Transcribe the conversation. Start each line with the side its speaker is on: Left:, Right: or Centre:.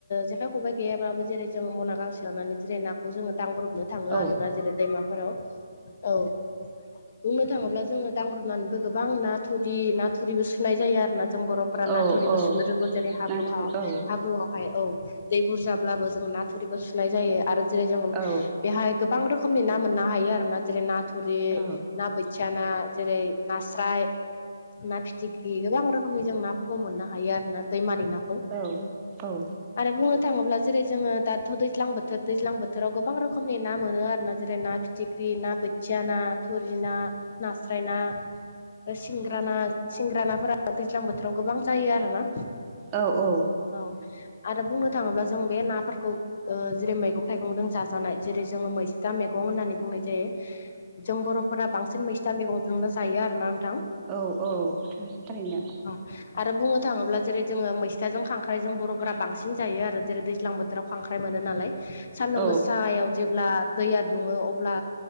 Left: जेखाइ खबाइ गैयाब्लाबो जेरै जोंङो मना गांसे लानानै जेरै नाखौ जोङो दांब्रबनो थाङो
Right: औ
Left: आरो ना जेरै दैमाफोराव औ। बुंनो थाङोब्ला जोङो दांब्रब्रनानैबो गोबां नाथुरि नाथुरिबो सुनाय जायो आरो ना। जों बर'फोरा
Right: औ
Left: ना थुरिबो
Right: औ
Left: सुनो रोंगौ जेरै हाब्रु
Right: नाथुर
Left: हा
Right: औ
Left: हाब्रु हाय औ दै बुरजा ब्लाबो जों नाथुरिखौ सुनाय जायो आरो जेरै जोङो
Right: औ
Left: बेहाय गोबां रोखोमनि ना मोननो हायो आरो ना जेरै ना थुरि
Right: औ औ औ
Left: ना बोथिया
Right: औ
Left: ना जेरै नास्राय ना फिथिख्रि गोबां रोखोमनि जों नाफोरखौ मोननो हायो आरो ना दैमानि ना
Right: औ औ।
Left: आरो बुंनो थाङोब्ला जेरै जोङो दाथ' दैज्लां बोथोर दैज्लां बोथोराव गोबां रोखोमनि ना मोनो आरोना। जेरै ना फिथिख्रि ना बोथिया ना थुरि ना नास्राय ना। सिंग्रा ना सिंग्रा नाफोरा दैज्लां बोथोराव गोबां जायो आरोना।
Right: औ औ।
Left: औ आरो बुंनो थाङोब्ला जों बे नाफोरखौ ओ जेरै मैगं थाइगंजों जाजानाय जेरै जोङो मैसथा मैगं होननानै बुंनाय जायो। जों बर'फोरा बांसिन मैस्था मैगंजोंनो जायो आरोना नोंथां।
Right: औ औ थारैनो।
Left: औ आरो बुंनो थाङोब्ला जेरै जोङो मैस्थाजों खांख्राइजों बर'फोरा बांसिन जायो आरो जेरै दैज्लां बोथोराव खांख्राय मोनो नालाय सान्दुं
Right: औ
Left: गोसायाव जेब्ला दैया दुङो अब्ला